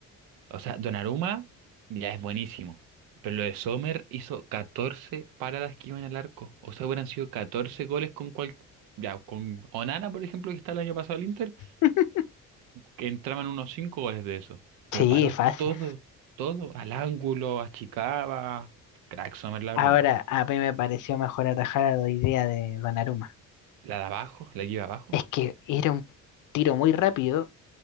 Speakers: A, on the right (about 85°); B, on the left (about 65°).
A: O sea, Donnarumma ya es buenísimo. Pero lo de Sommer hizo 14 paradas que iban al arco. O sea, hubieran sido 14 goles con cual... Ya, con Onana, por ejemplo, que está el año pasado al Inter.
B: <laughs>
A: que entraban unos cinco goles de eso. Pero
B: Sí,
A: paró
B: fácil.
A: todo, todo, al ángulo, achicaba. Crack Sommer, la
B: Ahora,
A: verdad.
B: a mí me pareció mejor atajar a la idea de Donnarumma.
A: La de abajo, la que iba abajo.
B: Es que era un tiro muy rápido